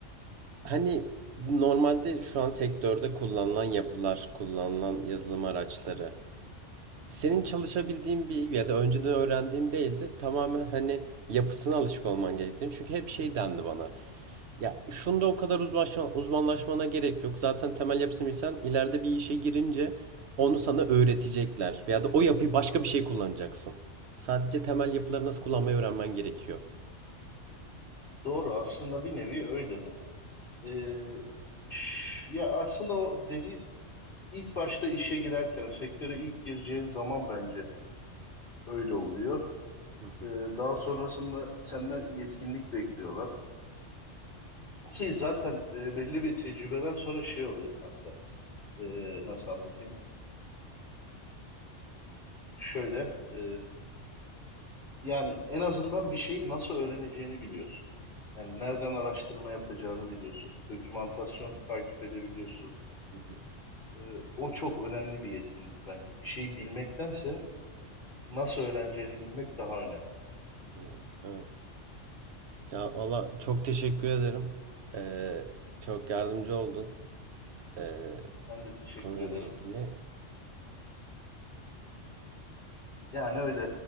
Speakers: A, on the right; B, on the left.
A: Hani normalde şu an sektörde kullanılan yapılar, kullanılan yazılım araçları senin
B: Hı hı.
A: çalışabildiğin bir ya da önceden öğrendiğin değildi. Tamamen hani yapısına alışık olman gerektiğini. Çünkü hep şey dendi bana. Ya şunda o kadar uzmanlaşma- uzmanlaşmana gerek yok. Zaten temel yapısını bilsen ileride bir işe girince onu sana öğretecekler. Veya da o yapıyı başka bir şey kullanacaksın. Sadece temel yapıları nasıl kullanmayı öğrenmen gerekiyor.
B: Doğru aslında bir nevi öyle de. Ee, ş- ya aslında o dediğin İlk başta işe girerken, sektöre ilk gireceğin zaman bence öyle oluyor.
A: Hı hı,
B: Ee, daha sonrasında senden yetkinlik bekliyorlar. Ki zaten e, belli bir tecrübeden sonra şey oluyor kanka. Ee, nasıl anlatayım? Şöyle, e, yani en azından bir şeyi nasıl öğreneceğini biliyorsun. Yani nereden araştırma yapacağını biliyorsun. Dokümantasyon takip edebiliyorsun.
A: hı hı.
B: Ee, o çok önemli bir yetkinlik bence. Bir şeyi bilmektense nasıl öğreneceğini bilmek daha önemli.
A: hı. Evet. Ya valla çok teşekkür ederim. Ee, çok yardımcı
B: Hı
A: oldun
B: hı.
A: ee,
B: Ben de teşekkür
A: konuyla
B: ederim.
A: ilgili.
B: Yani öyle.